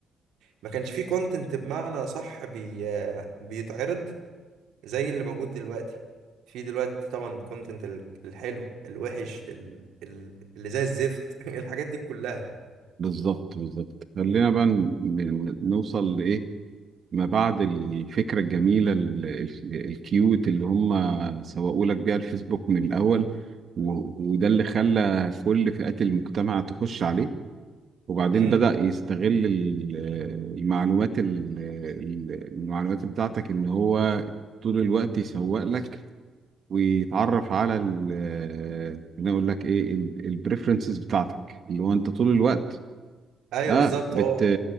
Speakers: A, on the right; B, on the right.
A: ما كانش فيه كونتنت بمعنى صح بي... بيتعرض زي اللي موجود دلوقتي في دلوقتي طبعا كونتنت الحلو الوحش ال... ال... اللي زي الزفت <laughs> الحاجات دي كلها
B: بالظبط بالظبط خلينا بقى ن- ن- نوصل لإيه ما بعد الفكرة الجميلة ال- ال- الكيوت اللي هم سوقوا لك بيها الفيسبوك من الأول و- وده اللي خلى كل فئات المجتمع تخش عليه وبعدين
A: امم
B: بدأ يستغل ال- المعلومات ال- ال- المعلومات بتاعتك إن هو طول الوقت يسوق لك ويتعرف على ال- خليني أقول لك إيه البريفرنسز بتاعتك اللي هو أنت طول الوقت
A: ايوه
B: اه
A: بالظبط
B: بت
A: هو